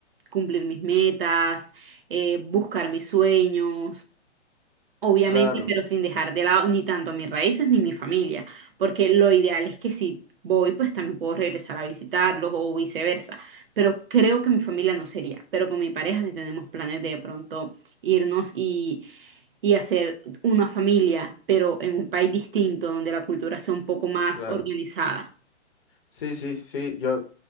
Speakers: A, on the right (about 50°); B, on the left (about 50°).
A: cumplir mis metas, eh, buscar mis sueños. Obviamente,
B: Claro,
A: pero sin dejar de lado ni tanto mis raíces ni mi familia, porque lo ideal es que si voy, pues también puedo regresar a visitarlos o viceversa, pero creo que mi familia no sería, pero con mi pareja sí tenemos planes de pronto irnos y, y hacer una familia, pero en un país distinto donde la cultura sea un poco más
B: claro.
A: organizada.
B: Sí, sí, sí. Yo,